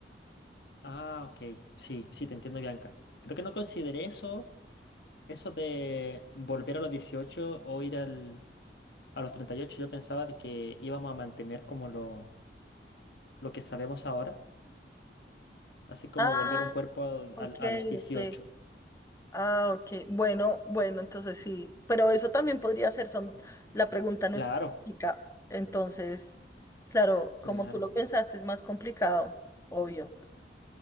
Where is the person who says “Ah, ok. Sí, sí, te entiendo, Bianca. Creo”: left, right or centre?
Left